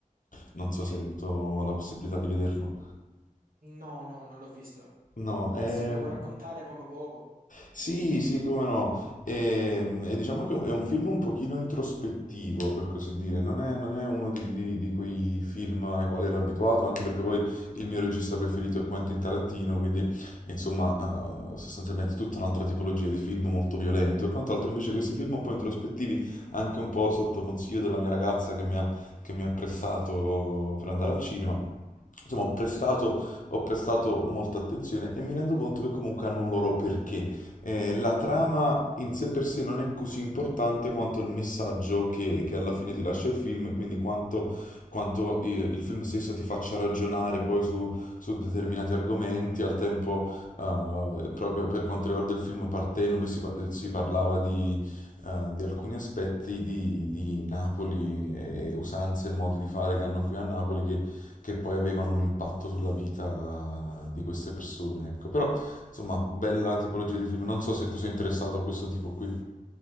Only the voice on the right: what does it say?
Ok.
No, no, non l'ho visto.
Anzi, se me lo vuoi raccontare poco poco.